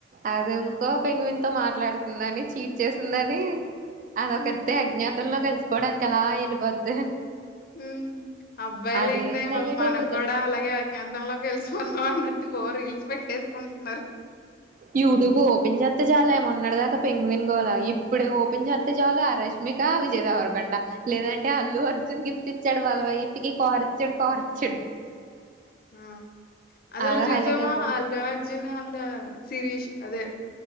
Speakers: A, on the right; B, on the left.
A: అది ఇంకో పెంగవిన్తో మాట్లాడుతుందని చీట్ చేసిందని అదోకతే
B: హ్మ్.
A: అజ్ఞా మత్తల్లో కలిసిపోవడానికి అలా వెళ్ళిపోద్ది
B: మ్ అబ్బాయిలు
A: అదే
B: అయితే
A: హైలైట్
B: మనం
A: అయిపోయింది
B: కూడా అలాగే అజ్ఞాతంలో కలిసుపోన్నా అన్న మోర్ రీల్స్ పెట్టేసుకుంటున్నారు
A: యూట్యూబ్ ఓపెన్ చేస్త చాల మోన్నటి దాకా పెంగవినుగోల, ఇప్పుడే ఓపెన్ చేస్త చాలు ఆ రష్మిక విజయ్ దేవరకొండా, లేదంటే అల్లు అర్జున్ గిఫ్ట్ ఇచ్చాడు వాళ్ళ వైఫకి కార్ ఇచ్చాడు కార్ ఇచ్చాడు.
B: ఆ అసలు
A: అదో
B: చూసామా
A: హైలైట్ అయిపోతుంది
B: అల్డ అర్జున్ అల్లు సిరీస్ అదే